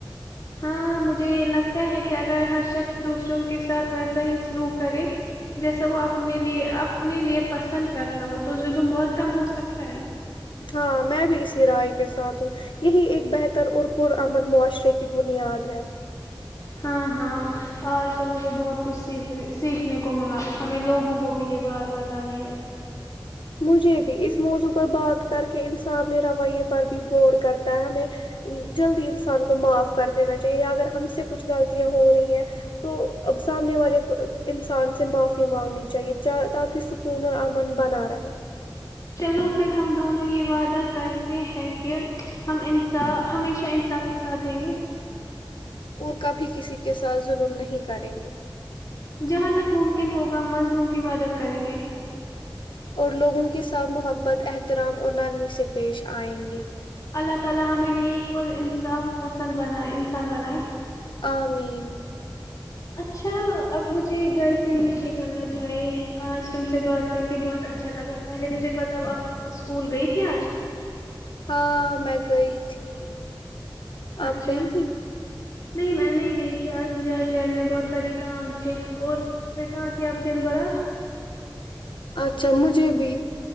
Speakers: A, on the left; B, on the left.
A: ہاں مجھے لگتا ہے کہ اگر ہر شخص دوسروں کے ساتھ ویسا ہی سلوک کرے جیسا وہ اپنے لیے اپنے لیے پسند کرتا ہو تو ظلم بہت کم ہو سکتا ہے
B: ہاں میں بھی اسی رائے کے ساتھ ہوں یہی ایک بہتر اور پرمن معاشرے کی بنیاد ہے
A: ہاں ہاں آج تو مجھے بہت کچھ سیکھ سیکھنے کو ملا ہمیں لوگوں کو بھی یہ بات بتانی ہے
B: مجھے بھی اس موضوع پر بات کر کے انسان اپنے رویے پر بھی غور کرتا ہے ہمیں جلدی انسان کو معاف کر دینا چاہیے یا اگر ہم سے کچھ غلطیاں ہو رہی ہیں تو سامنے والے انسان سے معافی مانگنی چاہیے تاکہ سکون اور امن بنا رہے
A: چلو پھر ہم دونوں یہ وعدہ کرتے ہیں کہ ہم ہمیشہ انصاف کے ساتھ دیں گے
B: اور کبھی کسی کے ساتھ ظلم نہیں کریں گے
A: جہاں تک ممکن ہوگا مظلوم کی مدد کریں گے
B: اور لوگ ان کے ساتھ محبت احترام اور نرمی سے پیش آئیں گے
A: اللہ تعالی ہمیں نیک اور انصاف پسند بنائے انسان بنائیں
B: آ مین
A: اچھا اب مجھے گھر کے لئے نکلنا چاہیں آج تم سے بات کر کے بہت اچھا لگا پہلے مجھے بتاؤ آب اسکول گئی تھی آج
B: ہاں میں گئی تھی آپ
A: اچھا
B: گئی تھی
A: نہیں میں نہیں گئی تھی آج مجھے آج یار میں بہت سار کام تھے اور پھر کہاں تے آپ دن بھر آج
B: اچھا مجھے بھی